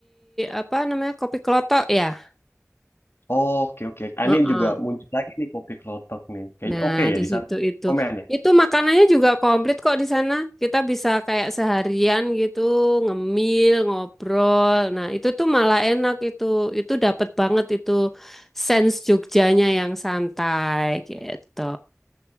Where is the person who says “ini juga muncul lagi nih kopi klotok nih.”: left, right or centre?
Left